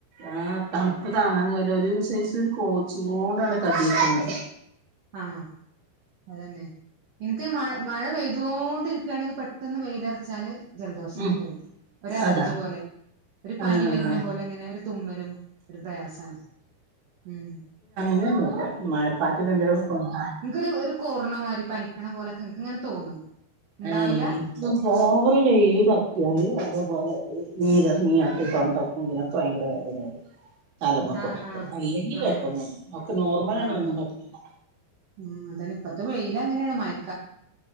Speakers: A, on the right; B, on the right.
A: ആഹ് തണുപ്പ് താങ്ങാൻ കയൂല ഒരുസൈസ് ഒരു കോച്ച് കൊണ്ടാണ് തടക്കുന്നത്
B: അഹ് അത് തന്നെ ഇൻക്ക് മഴ മഴപെയ്തോണ്ടിരിക്കേണെങ്കി പെട്ടന്ന് വെയ്ലറച്ചാല് ജലദോഷണ്ട്
A: ഉം
B: ഒരലർജി
A: അതാ
B: പോലെ ഒരു പനി
A: ആഹ്
B: വര്ന പോലെ ഇങ്ങനെ ഒരു തുമ്മലും ഒരു പ്രയാസാണ് മ്
A: ങ്ങനൊന്നുല്ല മഴപ്പാറ്റലെന്തെലൊക്കെ കൊണ്ട
B: ൻ ക്കൊരു ഒരു കോർണ മാരി പനിക്കണ പോലൊക്കെ എൻക്ക് ഇങ്ങനെ തോന്നും ഉണ്ടാവില്ല
A: ഏ ഇക്ക്‌ പോവറ് വെയ്ല് തട്ട്യാല് അതേപോലെ നീരർങ്ങിയാ അപ്പ ഈ തൊണ്ടക്കും ഇതിനൊക്കെ വയങ്കര വേദ തലമ്മക്കൂടൊക്കെ
B: ആഹ് ആഹ്
A: അല്ലെങ്കിൽ
B: ആഹ്
A: കൊയ്പ്പൊന്നുല്യ ഒക്കെനോർമലാണെങ്കി
B: ആഹ്
A: ഒന്നും കൊയപ്പ ല്ലാ
B: ഉം അതന്നെ ഇപ്പത്തെ വെയ്ലങ്ങനേണ് മയ